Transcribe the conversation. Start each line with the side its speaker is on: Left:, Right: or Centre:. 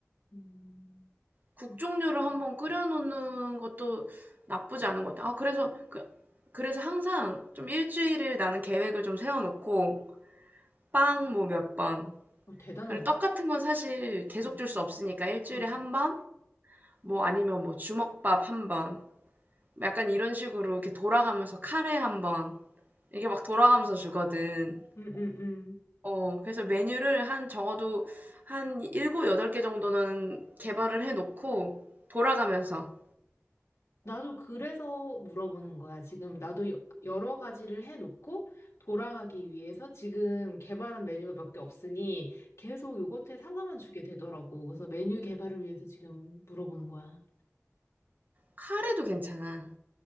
Left: 음,
Right: 국
Left: 음,
Right: 종류를 한번 끓여놓는 것도 나쁘지 않은 것 같아. 아, 그래서, 그, 그래서 항상 좀 일주일을 나는 계획을 좀 세워놓고, 빵 뭐 몇 번.
Left: 어, 대단한데?
Right: 그리고 떡 같은 건 사실 계속
Left: 응.
Right: 줄 수 없으니까 일주일에
Left: 응,
Right: 한 번? 뭐 아니면 뭐 주먹밥 한 번. 약간 이런 식으로 이렇게 돌아가면서 카레 한 번, 이게 막 돌아가면서 주거든.
Left: 응, 응.
Right: 어, 그래서 메뉴를 한 적어도 한 일곱 여덟 개 정도는 개발을 해놓고 돌아가면서
Left: 나도 그래서 물어보는 거야. 지금 나도 여- 여러 가지를 해놓고 돌아가기 위해서 지금 개발한 메뉴가 몇 개 없으니 계속 요거트에 사과만 주게 되더라고. 그래서 메뉴 개발을 위해서 지금 물어보는 거야.
Right: 카레도 괜찮아.